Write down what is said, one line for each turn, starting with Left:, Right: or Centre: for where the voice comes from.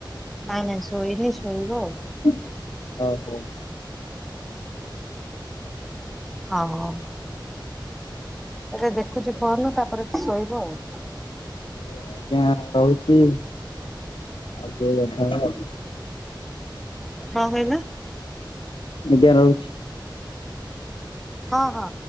Centre: ନାଇଁ ନାଇଁ ଶୋଇନି ଶୋଇବ ଆଉ।
Left: ହୁଁ ହୁଁ ହଉ ହଉ।
Centre: ହଉ ହଉ। ଏଇଟା ଦେଖୁଛି ଫୋନ ତାପରେ ଶୋଇବ ଆଉ
Left: ହଁ ଆଜ୍ଞା ରହୁଚି ଆଉଥରେ ଦେଖା ହେବା।
Centre: କଣ କହିଲ।
Left: ବିଦ୍ୟା ରହୁଛି।
Centre: ହଁ ହଁ।